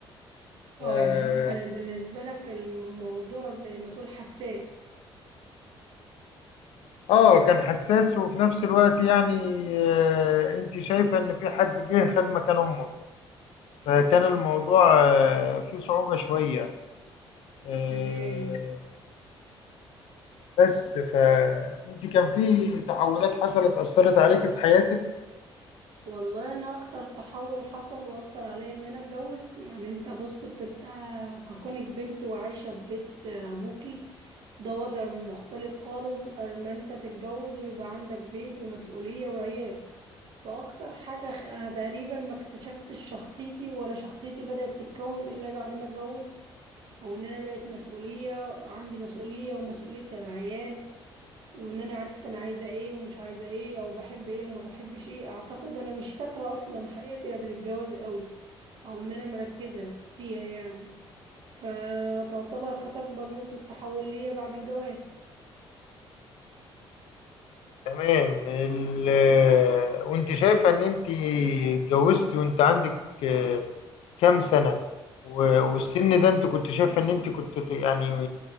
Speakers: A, on the left; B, on the right.
A: ف-
B: اه يعني انت كان بالنسبة لك الموضوع زي ما تقول حساس
A: اه كان حساس وفي نفس الوقت يعني آه، انت شايفة ان في حد جه خد مكان امك فكان الموضوع آه، فيه صعوبة شوية آه،
B: تمام
A: بس فانت كان في تحولات حصلت اثرت عليك في حياتك
B: والله انا اكتر تحول حصل واثر عليا ان انا اتجوزت يعني انت بص بتبقى ككونك بنت وعايشة في بيت ابوكي ده وضع مختلف خالص غير ما انت تتجوز ويبقى عندك بيت ومسؤولية وعيال فاكتر حاجة خ- انا تقريبا ما اكتشفتش شخصيتي ولا شخصيتي بدأت تتكون الا بعد ما اتجوزت او ان انا بقيت مسؤولية عندي مسؤولية ومسؤولية العيال وان انا عرفت انا عايزه ايه ومش عايزه ايه او بحب ايه وما بحبش ايه اعتقد انا مش فاكره اصلا حياتي قبل الجواز قوي او ان انا مركزه فيها يعني فتعتبر كانت اكبر نقطه تحول ليا بعد الجواز
A: تمام ال... آه، وانت شايفة ان انت اتجوزتي وانت عندك آه، كام سنة و- والسن ده انت كنت شايفة ان انت كنت ت- يعني